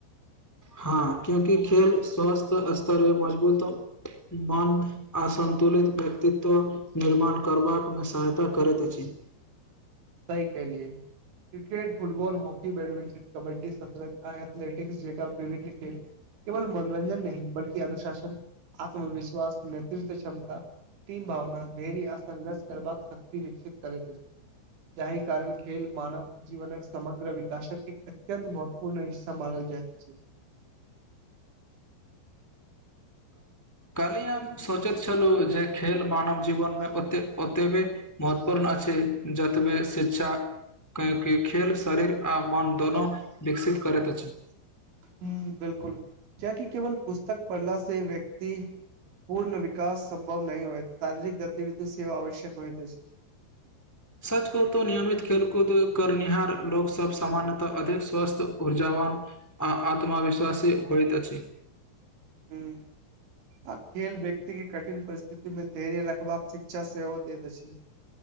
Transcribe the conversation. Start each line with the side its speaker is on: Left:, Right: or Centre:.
Centre: हँ क्यूंकि खेल स्वस्थ स्तर मजबूत मन असन्तुलित व्यक्तित्व निर्माण करबाक मे सहायता करैत अछि
Right: सही कैलियए cricket football hockey badminton kabaddi शतरंज आ एथलेटिक्स जेका विभिन्न खेल केवल मनोरंजन नहि बल्कि अनुशासन आत्मविश्वास नेतृत्व क्षमता तीन भावना धैर्य आ संघर्ष करबाक शक्त विकसित करे छै जाहि कारण खेल मानव जीवन समग्र विकासक एक अत्यंत महत्वपूर्ण हिस्सा मानल जाइत अच्छा
Centre: कली हम सोचैत छलहुँ जे खेल मानव जीवनमे ओतेक ओतेबे महत्वपूर्ण आ छै जतबे स्वेच्छा ककि खेल शरीर आ मन दोनो विकसित करैत अछि
Right: ह बिलकुल किया कि केवल पुस्तक पढ़ला से वे पूर्ण विकास संभव नहि होइ शारीरिक गतिविधि सेव आवश्यक होइ द छै
Centre: सच को त नियमित खेलकूद करनिहार लोक सब सामान्यतः अधिक स्वस्थ ऊर्जा आत्मा विश्वासी होयत अछि
Right: <inaudible> ह आ खेल व्यक्ति के कठिन परिस्थितिमे धैर्य रखबाक ईच्छा सेहो देैत अछी